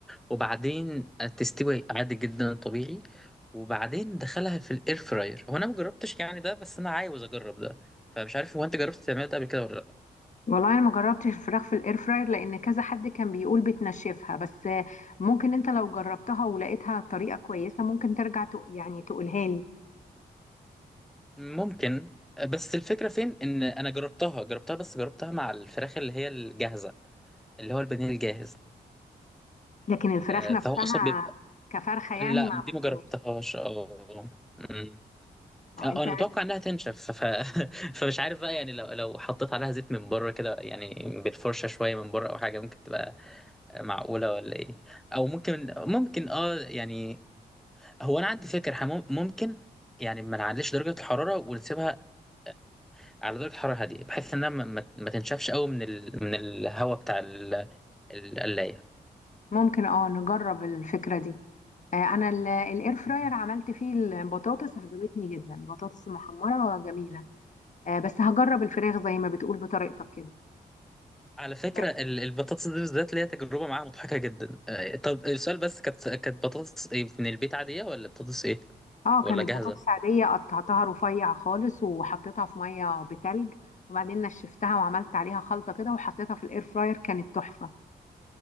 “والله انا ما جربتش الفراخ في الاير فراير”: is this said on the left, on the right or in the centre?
Left